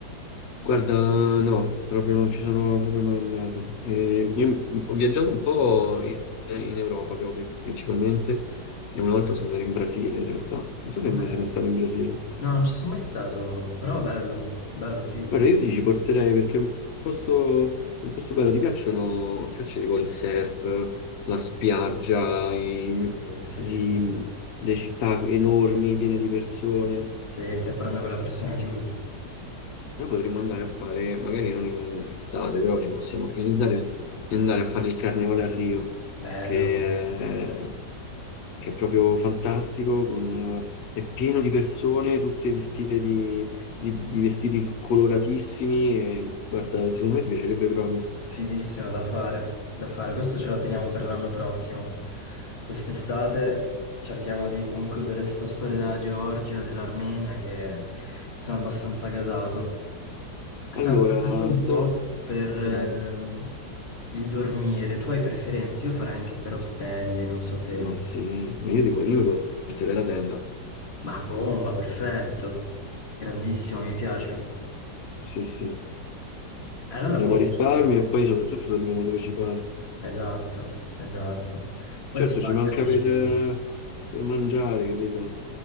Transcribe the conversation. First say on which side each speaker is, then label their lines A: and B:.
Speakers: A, on the left (about 75°); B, on the left (about 35°).
A: Guarda, no, proprio non ci sono proprio mai andato. Eh, io ho viaggiato un po' in, in Europa, però pri- principalmente, e una volta sono andato in Brasile in realtà. Non so se
B: Ok.
A: mai sei mai stato in Brasile.
B: No, non ci sono mai stato, però bello, bello, figo.
A: Guarda, io ti ci porterei perché è un posto, un posto bello. Ti piacciono, ti piace tipo il surf, la spiaggia, i-
B: Eh, Sì,
A: i-
B: sì, sì.
A: le città enormi, piene di persone.
B: Sì, stai parlando con la persona <laughs> giusta.
A: Però potremmo andare a fare, magari non in estate, però ci possiamo organizzare e andare a fare il carnevale a Rio,
B: Bello,
A: che è, che è proprio fantastico, con, eh, è pieno di persone, tutte vestite di, di- di vestiti coloratissimi e guarda, secondo me ti piacerebbe proprio.
B: fighissimo da fare, da fare. Questo ce lo teniamo per l'anno prossimo. Quest'estate cerchiamo di concludere sta storia della Georgia, dell'Armenia, che sono abbastanza gasato. Stavo
A: Allora,
B: guardando un
A: sto...
B: po' per
A: Bravo.
B: ehm, il dormire. Tu hai preferenze? Io farei anche per ostelli, non so te.
A: Ma sì, ma io tipo, io mi porterei la tenda.
B: Ma bomba, perfetto. Grandissimo, mi piace.
A: Sì, sì.
B: Allora,
A: Andiamo
B: boh.
A: a risparmio
B: cioè,
A: e poi soprattutto dormiamo dove ci pare.
B: Esatto, esatto. Poi
A: Certo,
B: si fa
A: ci
B: anche
A: manca
B: amicizia.
A: per, per mangiare, capito?